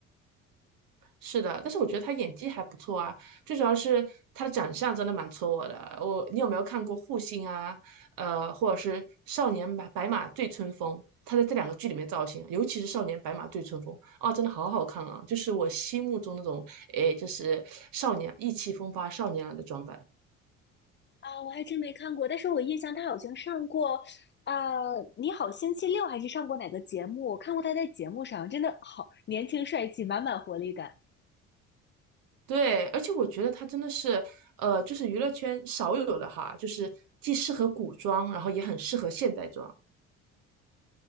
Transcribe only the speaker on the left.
啊，我还真没看过，但是我印象他好像上过，啊，你好星期六》还是上过哪个节目？我看过他在节目上，真的好年轻帅气，满满活力感。